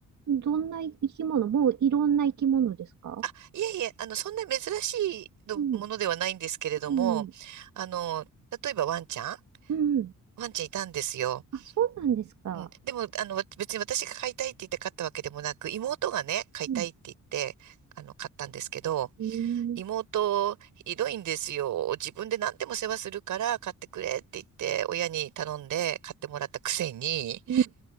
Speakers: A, on the right; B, on the right.
A: どんな生き物もういろんな生き物ですか
B: あ、いえいえ、あの、そんな珍しいのものではないんですけれども、
A: うん、うん、
B: あの、例えばワンちゃん
A: うん。
B: ワンちゃんいたんですよ。
A: あ、そうなんですか。
B: うん、でも、あの、わ別に私が買いたいって言って買ったわけでもなく、妹がね、買いたいって言って、
A: うん。
B: あの、買ったんですけど、
A: うん
B: 妹、ひどいんですよ。自分で何でも世話するから買ってくれって言って、親に頼んで買ってもらったくせに、
A: うん。